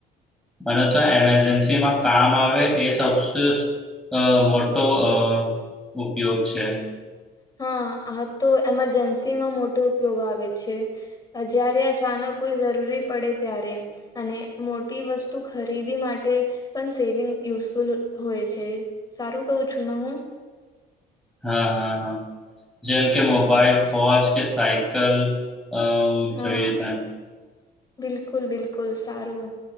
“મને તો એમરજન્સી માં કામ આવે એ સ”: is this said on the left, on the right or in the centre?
Centre